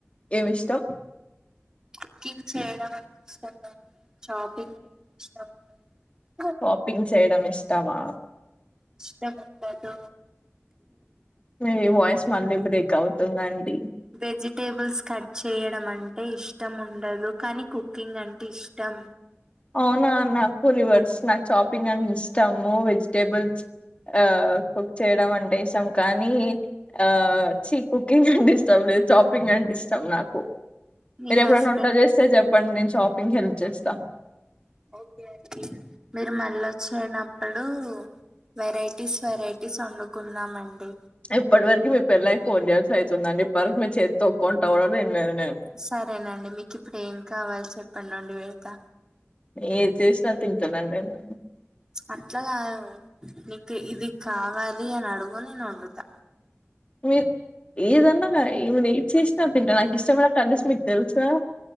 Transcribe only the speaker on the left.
ఏమిష్టం?
షాపింగ్ చేయడం ఇష్టమా?
మీ వాయిస్ మళ్ళీ బ్రేక్ అవుతుందండి
అవునా నాకు రివర్స్. నాకు చాపింగ్ అని ఇష్టము. వెజిటేబల్స్ ఆ కుక్ చేయడం అంటే ఇష్టం. కానీ. ఆ చి, కుకింగ్ అంటే ఇష్టం లే చాపింగ్ అంటే ఇష్టం నాకు.
మీర్ ఎప్పుడైనా
వంట చేస్తే చెప్పండి. నేను చాపింగ్ కి హెల్ప్ చేస్తా.
ఇప్పటి వరకు, మీ పెళ్లయి ఫోన్ ఇయర్స్ అవుతుందండి. ఇప్పటికి మీ చేత్తో ఒక్క వంట కూడ తిన్లేదు.
ఏది చేసినా తింటానండి నేను.
మీ ఏదన్నాగా, ఏమ్ ఏద్ చేసినా తింటా నాకు ఇష్టమైన కర్రీస్ మీకు తెలుసా గా!